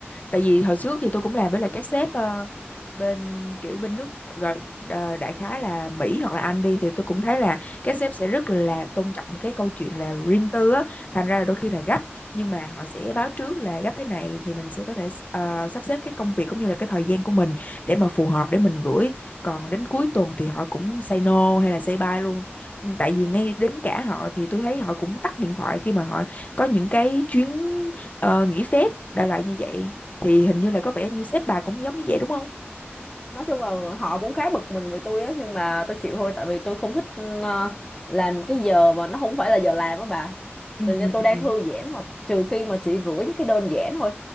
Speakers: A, on the left; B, on the left.
A: tại vì hồi trước thì tôi cũng làm với lại các sếp ờ, bên kiểu bên nước gọi- đà- đại khái là Mỹ hoặc là Anh đi thì tôi cũng thấy là các sếp sẽ rất là tôn trọng cái câu chuyện là riêng tư á, thành ra là đôi khi là gấp nhưng mà họ sẽ báo trước là gấp thế này thì mình sẽ có thể ờ, sắp xếp cái công việc cũng như là cái thời gian của mình để mà phù hợp để mình gửi. Còn đến cuối tuần thì họ cũng say no hay là say bye luôn Ừ, tại vì ngay đến cả họ thì tôi thấy họ cũng tắt điện thoại khi mà họ có những cái chuyến ờ, nghỉ phép đại loại như vậy thì hình như là có vẻ như sếp bà cũng giống như vậy đúng không
B: nói chung là họ cũng khá bực mình về tôi á nhưng mà tôi chịu thôi tại vì tôi không thích ờ, làm cái giờ mà nó không phải là giờ làm á bà
A: ừ
B: tự nhiên
A: ừ
B: tôi đang
A: ừ
B: thư giãn mà trừ khi mà chị gửi những cái đơn giản thôi